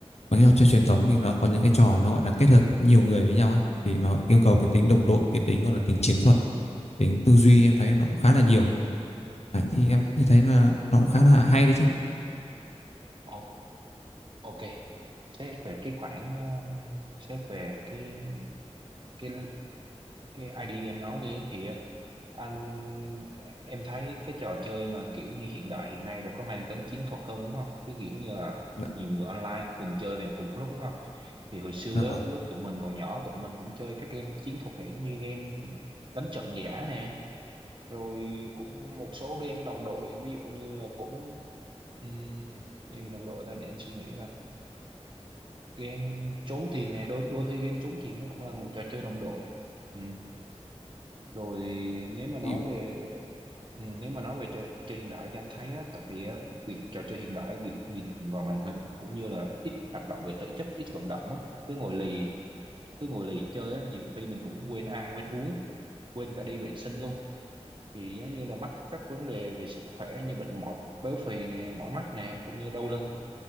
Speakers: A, on the left; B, on the right.
A: mấy trò chơi truyền thống thì nó có những cái trò nó gọi là kết hợp nhiều người với nhau ấy thì nó yêu cầu cái tính đồng đội cái tính gọi là tính chiến thuật tính tư duy
B: Ừ.
A: em thấy nó cũng khá là nhiều đấy, thì
B: Ừ.
A: em như thấy là nó cũng khá là hay đấy chứ
B: Ô- Ok. Xét về cái khoản ờ, xét về cái cái cái ID em nói đi thì ờ, anh em thấy cái trò chơi mà kiểu như hiện đại hiện nay là có mang tính chiến thuật hơn đúng không? Cái kiểu như là
A: Dạ,
B: nhiều người online cùng chơi về cùng một lúc đúng không? Thì hồi xưa
A: dạ vâng.
B: á, lúc tụi mình còn nhỏ tụi mình cũng chơi các game chiến thuật vậy như game đánh trận giả nè rồi cũng một số game đồng đội ví dụ như là cũng um, game gì đồng đội ta để anh suy nghĩ coi game trốn tìm nè đôi đôi khi game trốn tìm nó cũng là một trò chơi đồng đội Ừ rồi nếu mà nói
A: thì,
B: về ừ, nếu mà nói về trò chơi hiện đại thì anh thấy á, tại vì á, việc trò chơi hiện đại việc nhìn vào màn hình cũng như là ít hoạt động về thể chất ít vận động á, cứ ngồi lì cứ ngồi lì chơi á, nhiều khi mình cũng quên ăn quên uống quên cả đi vệ sinh luôn thì giống như là mắc các vấn đề về sức khỏe như bệnh mỏi béo phì nè mỏi mắt nè cũng như đau lưng